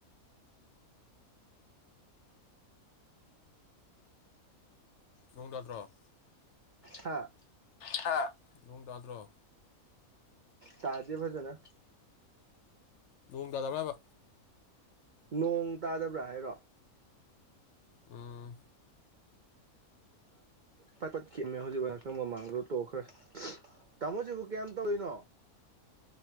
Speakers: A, on the left; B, on the right.
A: ꯅꯣꯡ ꯇꯥꯗ꯭ꯔꯣ
B: ꯍꯥ
A: ꯍꯥ ꯅꯣꯡ ꯇꯥꯗ꯭ꯔꯣ
B: ꯇꯥꯗꯦ ꯐꯖꯅ
A: ꯅꯣꯡ ꯇꯥꯗꯕ꯭ꯔꯥꯕ
B: ꯅꯣꯡ ꯇꯥꯗꯕ꯭ꯔꯥ ꯍꯥꯏꯔꯣ
A: ꯑꯥ
B: ꯄꯠꯈꯤꯃꯦ ꯍꯧꯖꯤꯛ ꯋꯥ ꯉꯍꯥꯛꯇꯪ ꯃꯃꯥꯡꯗꯨꯗꯣ ꯇꯣꯛꯈ꯭ꯔꯦ ꯇꯥꯃꯣꯁꯤꯕꯨ ꯀꯌꯥꯝ ꯇꯧꯔꯤꯅꯣ